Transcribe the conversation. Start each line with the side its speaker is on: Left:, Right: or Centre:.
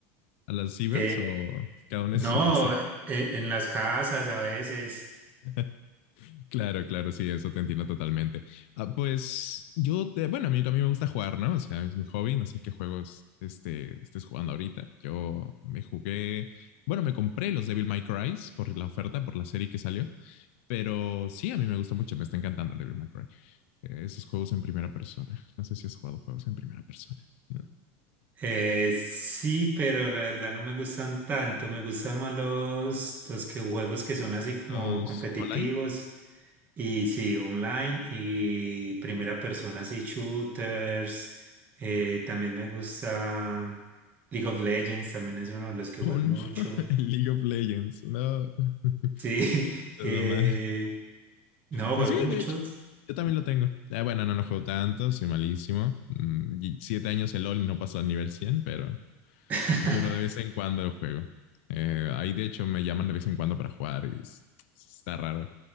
Left: a las cibers
Right: Eh,
Left: o cada uno
Right: no,
Left: en su casa.
Right: eh, en las casas a veces.
Left: <laughs> Claro, claro, sí, eso te entiendo totalmente. Ah, pues yo, te- bueno, a mí también me gusta jugar, ¿no? O sea, es mi hobby, no sé qué juegos este, estés jugando ahorita. Yo me jugué, bueno, me compré los Devil May Cry por la oferta, por la serie que salió, pero sí, a mí me gusta mucho, me está encantando el Devil May Cry. Eh, esos juegos en primera persona, no sé si has jugado juegos en primera persona. ¿no?
Right: Eh, sí, pero la verdad no me gustan tanto. Me gustan más los, los que juegos que son así como
Left: ¿Los
Right: competitivos
Left: online?
Right: y sí, online y primera persona, así shooters. Eh, también me gusta League of Legends, también es uno de los que juego
Left: Oh, no,
Right: mucho.
Left: <laughs> el League of Legends, no, <laughs>
Right: Sí, <laughs>
Left: todo
Right: eh,
Left: mal.
Right: no,
Left: Pues
Right: juego
Left: sí,
Right: muchos.
Left: de hecho. Yo también lo tengo. Ya, bueno, no lo juego tanto, soy malísimo. Mm, y siete años el LOL y no paso al nivel 100, pero,
Right: <laughs>
Left: pero de vez en cuando lo juego. Eh, ahí de hecho me llaman de vez en cuando para jugar y es- está raro.